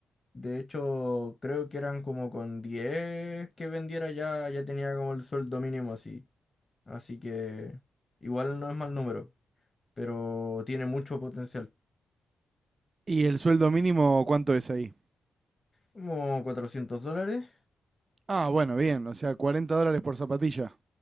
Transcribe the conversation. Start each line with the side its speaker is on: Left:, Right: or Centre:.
Left: De hecho, creo que eran como con 10 que vendiera ya, ya tenía como el sueldo mínimo así. Así que igual no es mal número, pero tiene mucho potencial.
Right: ¿Y el sueldo mínimo cuánto es ahí?
Left: Como cuatrocientos dólares,
Right: Ah, bueno, bien, o sea, 40 dólares por zapatilla.